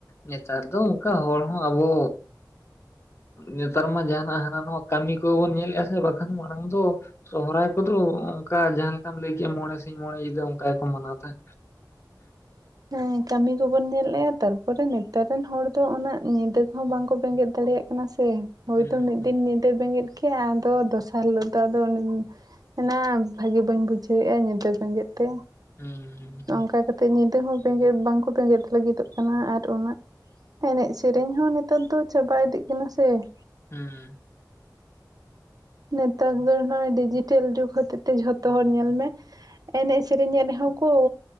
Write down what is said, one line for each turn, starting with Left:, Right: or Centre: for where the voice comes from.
Left: ᱱᱮᱛᱟᱨ ᱫᱚ ᱚᱝᱠᱟ ᱦᱚᱲ ᱦᱚᱸ ᱟᱵᱚ ᱱᱮᱛᱟᱨ ᱢᱟ ᱡᱟᱦᱟᱸᱱᱟᱜ ᱦᱟᱱᱟ ᱱᱚᱣᱟ ᱠᱟᱹᱢᱤ ᱠᱚᱵᱚᱱ ᱧᱮᱞᱮᱜᱼᱟ ᱥᱮ ᱵᱟᱠᱷᱟᱱ ᱢᱟᱲᱟᱝ ᱫᱚ ᱥᱚᱦᱚᱨᱟᱭ ᱠᱚ ᱫᱚ ᱚᱝᱠᱟ ᱡᱟᱦᱟᱸ ᱞᱮᱠᱟᱢ ᱞᱟᱹᱭ ᱠᱮᱜᱼᱟ ᱢᱚᱬᱮ ᱥᱤᱧ ᱢᱚᱬᱮ ᱧᱤᱫᱟᱹ ᱚᱝᱠᱟ ᱜᱮᱠᱚ ᱢᱟᱱᱟᱣ ᱛᱟᱦᱮᱸᱫ᱾
Right: <unintelligible> ᱦᱮᱸ ᱠᱟᱹᱢᱤ ᱠᱚᱵᱚᱱ ᱧᱮᱞᱮᱜᱼᱟ ᱛᱟᱨᱯᱚᱨᱮ ᱱᱮᱛᱟᱨ ᱨᱮᱱ ᱦᱚᱲ ᱫᱚ ᱩᱱᱟᱹᱜ ᱧᱤᱫᱟᱹ ᱠᱚ ᱦᱚᱸ ᱵᱟᱝᱠᱚ ᱵᱮᱸᱜᱮᱫ ᱫᱟᱲᱮᱭᱟᱜ ᱠᱟᱱᱟ ᱥᱮ, ᱦᱳᱭᱛᱳ
Left: ᱦᱩᱸ
Right: ᱢᱤᱫ
Left: ᱦᱩᱸ
Right: ᱫᱤᱱ ᱧᱤᱫᱟᱹᱭ ᱵᱮᱸᱜᱮᱫ ᱠᱮᱜ-ᱟ ᱟᱫᱚ ᱫᱚᱥᱟᱨ ᱦᱤᱞᱳᱜ ᱫᱚ ᱟᱫᱚ- ᱮᱱᱟ ᱵᱷᱟᱜᱮ ᱵᱟᱹᱧ ᱵᱩᱡᱷᱟᱹᱣᱮᱜᱼᱟ ᱧᱤᱫᱟᱹ ᱵᱮᱸᱜᱮᱫ ᱛᱮ᱾
Left: ᱦᱩᱸ ᱦᱩᱸ,
Right: ᱚᱝᱠᱟ ᱠᱟᱛᱮ ᱧᱤᱫᱟᱹ ᱦᱚᱸ ᱵᱮᱸᱜᱮᱫ ᱵᱟᱝ ᱠᱚ ᱵᱮᱸᱜᱮᱫ ᱞᱟᱹᱜᱤᱫᱚᱜ ᱠᱟᱱᱟ, ᱟᱨ ᱩᱱᱟᱹᱜ ᱮᱱᱮᱡ ᱥᱮᱨᱮᱧ ᱦᱚᱸ ᱱᱮᱛᱟᱨ ᱫᱚ ᱪᱟᱵᱟ ᱤᱫᱤᱜ ᱠᱟᱱᱟ ᱥᱮ ᱾
Left: ᱦᱮᱸ,
Right: ᱱᱮᱛᱟᱨ ᱫᱚ ᱱᱚᱜ-ᱚᱭ ᱰᱤᱡᱤᱴᱮᱞ ᱡᱩᱜᱽ ᱦᱚᱛᱮᱛᱮ ᱡᱷᱚᱛᱚ ᱦᱚᱲ ᱧᱮᱞ ᱢᱮ ᱮᱱᱮᱡ ᱥᱮᱨᱮᱧᱮᱫ ᱨᱮᱦᱚᱸᱢ ᱠᱳᱻ